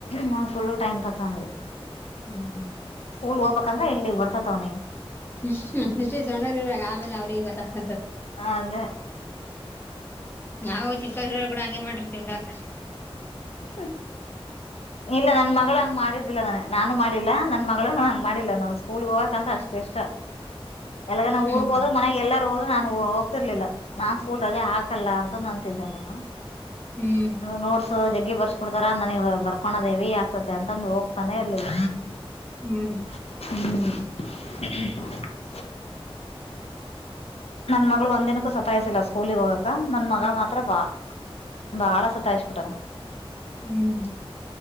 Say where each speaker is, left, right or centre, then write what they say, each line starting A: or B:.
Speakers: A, on the left; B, on the left.
A: ನಾವು ಫುಲ್ಲು ಟೈಮ ಪಾಸ್ ಅವನಿಗೆ
B: ಹ್ಮ್
A: ಸ್ಕೂಲ್ ಗೆ ಹೋಗಬೇಕಂದ್ರೆಲ್ಲಿಗ್ ಬರ್ತವ್ನಿಗೆ
B: <unintelligible> ಆಮೇಲೆ ಅವ್ರಿಗೆಂಗ ಗೊತ್ತಾ
A: ಹ ಅದೇ
B: ನಾವು ಚಿಕ್ಕದುರ್ಗ ಕೂಡ ಹಂಗೆ ಮಾಡಿರ್ತೇವಿ ಉಡಾಕ
A: ಹ ಇಲ್ಲ ನನ್ನ ಮಗಳ ಹಂಗ ಮಾಡಿದ್ದಿಲ್ಲ ನನಗ್ಗ ನಾನು ಮಾಡಿಲ್ಲ ನನ್ನ ಮಗಳ ಹಂಗ ಮಾಡಿಲ್ಲ ನಾವು ಸ್ಕೂಲ್ ಹೋಗಕಕ್ಂದ್ರ ಅಷ್ಟ ಇಷ್ಟ. ಎಲ್ಲಗ ನ
B: ಹ್ಮ್
A: ಊರ್ ಹೋದ <unintelligible> ಎಲ್ಲಾರೂ ಹೋದ್ರ ನಾನ್ ಹೋಗತಿರ್ಲಿಲ್ಲ ನಾನ್ ಸ್ಕೂಲ್ ರಜೆ ಹಾಕಲ್ಲ ಅಂತ ಅಂತಿದ್ದೆ ನಾನ.
B: ಹ್ಮ್.
A: ನೋಟ್ಸ್ ಜಗ್ಗಿ ಬರ್ಸ್ಬಿಡ್ತಾರ ನನಗ ಬರ್ಕೋನದೇವಿ ಆಗ್ತತೆ ಅಂತಂದು ಹೋಗ್ತಾನೆ ಇರ್ಲಿಲ್ಲ.
B: ಹ್ಮ್.
A: ಹ. <inaudible> ನನ್ನ ಮಗಳು ಒಂದಿನಕ್ಕೂ ಸತಾಯಸಿಲ್ಲ ಸ್ಕೂಲಗ್ ಹೋಗಕ ನನ್ನ ಮಗ ಮಾತ್ರ ಬಾ ಬಾಳ ಸತಾಯಿಶ ಬಿಟ್ಟಾನ.
B: ಹ್ಮ್